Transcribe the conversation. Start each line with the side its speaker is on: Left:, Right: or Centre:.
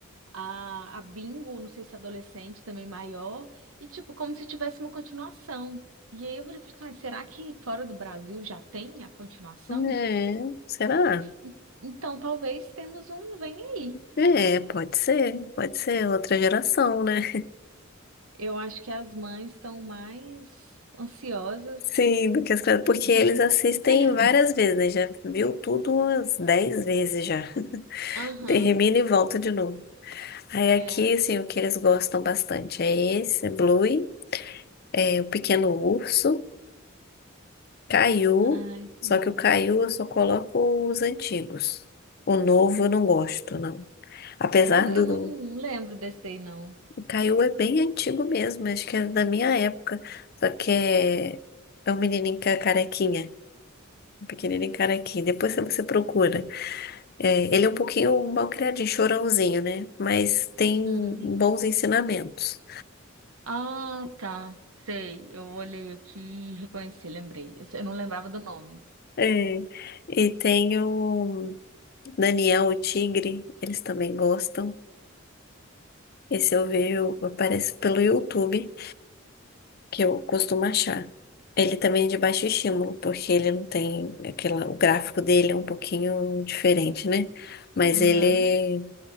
Right: a, a Bingo, não sei se é adolescente também maior, e tipo como se tivesse uma continuação. E aí eu falei assim, "Ai, será que fora do Brasil já tem a continuação?
Left: É, será?
Right: En- Então talvez temos um vem aí.
Left: É, pode ser, pode ser outra geração, né?
Right: Eu acho que as mães estão mais ansiosas
Left: Sim, do que as crianças- porque
Right: do
Left: eles
Right: que,
Left: assistem
Right: do que... <laughs>
Left: várias vezes, né? Já viu tudo umas dez vezes já.
Right: Aham,
Left: Termina e volta de novo. Aí aqui,
Right: é.
Left: assim, o que eles gostam bastante é esse, é Bluey, é o Pequeno Urso, Caiu,
Right: Ah, isso
Left: só
Right: não.
Left: que o Caiu eu só coloco os antigos. O novo eu não gosto, não. Apesar
Right: Eu, não-
Left: do...
Right: eu não lembro desse daí, não.
Left: O Caiu é bem antigo mesmo, acho que é da minha época. Só que é, é um menininho ca- carequinha, um pequenininho carequinha. Depois você você procura. É, ele é um pouquinho mal criadinho, chorãozinho, né? Mas tem
Right: Hum.
Left: bons ensinamentos.
Right: Ah, tá. Sei. Eu olhei aqui e reconheci, lembrei. Eu, sei- eu não lembrava do nome.
Left: É, e tem o Daniel, o tigre, eles também gostam. Esse eu vejo, aparece pelo YouTube, que eu costumo achar. Ele também é de baixo estímulo, porque ele não tem aquela, o gráfico dele é um pouquinho diferente, né? Mas
Right: Aham.
Left: ele,